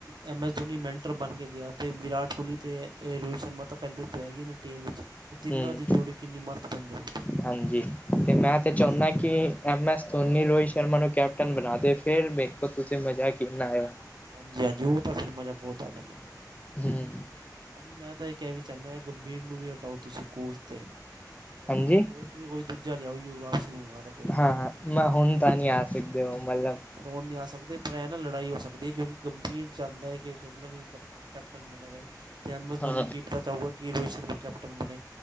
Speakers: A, on the right; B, on the left.
A: ਐੱਮ ਐੱਸ ਧੋਨੀ ਮੈਂਟਰ ਬਣ ਕੇ ਗਿਆ ਅਤੇ ਵਿਰਾਟ ਕੋਹਲੀ ਅਤੇ ਰੋਹਿਤ ਸ਼ਰਮਾ ਤ ਪਹਿਲੇੇ ਤੋਂ ਹੈਗੀ ਨੇ ਟੀਮ ਵਿੱਚ ਤਿੰਨਾਂ
B: ਹਮ,
A: ਦੀ ਜੋੜੀ ਕਿੰਨੀ ਮਸਤ ਬਣ ਜਾਊਗੀ ਭਾਅ
B: ਹਾਂਜੀ, ਤੇ
A: ਜੀ
B: ਮੈਂ ਤਾਂ
A: ਬਸ
B: ਚਾਹੁੰਦਾ ਕਿ ਐਮ ਐਸ ਧੋਨੀ ਰੋਹਿਤ ਸ਼ਰਮਾ ਨੂੰ ਕੈਪਟਨ ਬਣਾ ਦੇ, ਫੇਰ ਵੇਖੋ ਤੁਸੀਂ ਮਜ਼ਾ ਕਿੰਨਾ ਆਏਗਾ।
A: ਹਾਂਜੀ-ਹਾਂਜੀ, ਉਹ ਤਾਂ ਫਿਰ ਮਜ਼ਾ ਬਹੁਤ ਆ ਜਾਂਦਾ।
B: ਹਮ
A: ਭਾਜੀ ਮੈਂ ਤਾਂ ਇੱਕ ਇਹ ਵੀ ਚਾਹੁੰਦਾ, ਗੰਭੀਰ ਨੂੰ ਵੀ ਹਟਾਓ ਤੁਸੀਂ ਕੋਚ 'ਤੇ। ਫਿਰ
B: ਹਾਂਜੀ
A: ਨਾ ਕੋਚ ਵੀ ਉਹੀ ਦੂਜਾ ਲਿਆਓ ਯੁਵਰਾਜ ਸਿੰਘ ਵਗੈਰਾ ਕੋਈ ਲਿਆਓ,
B: ਹਾਂ ਮੈਂ ਹੁਣ
A: ਫਿਰ
B: ਤਾਂ ਨਹੀਂ
A: ਹਾਂ
B: ਆ ਸਕਦੇ ਹੋ ਮਤਲਬ
A: ਪਰ ਉਹ ਨਹੀਂ ਆ ਸਕਦੇ, ਪਰ ਏ ਨਾ ਲੜਾਈ ਹੋ ਸਕਦੀ ਹੈ, ਕਿਉਂਕਿ ਗੰਭੀਰ ਚਾਹੁੰਦਾ ਹੈ ਕਿ <inaudible> ਕੈਪਟਨ ਬਣਾ ਰਹੇ ਤੇ ਐਮ ਐਸ ਧੋਨੀ
B: ਹਾਂ
A: ਕੀ ਪਤਾ ਚਾਹਊਗਾ ਕਿ, ਰੋਹਿਤ ਸ਼ਰਮਾ ਕੈਪਟਨ ਬਣੇ